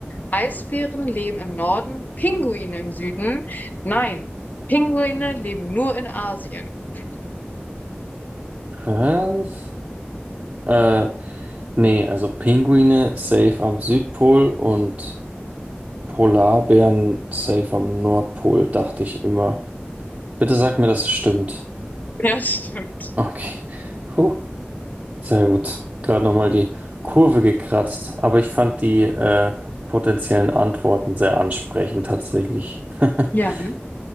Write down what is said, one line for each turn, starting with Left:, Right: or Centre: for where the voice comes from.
Left: Eisbären leben im Norden, Pinguine im Süden. Nein, Pinguine leben nur in Asien. <laughs>
Right: Was? Äh, Nee, also Pinguine safe am Südpol und Polarbären safe am Nordpol, dachte ich immer. Bitte sag mir, dass es stimmt.
Left: Ja, stimmt.
Right: Okay. Puh, sehr gut. Gerade nochmal die Kurve gekratzt, aber ich fand die äh, potenziellen Antworten sehr ansprechend tatsächlich. <laughs>
Left: Ja, ne?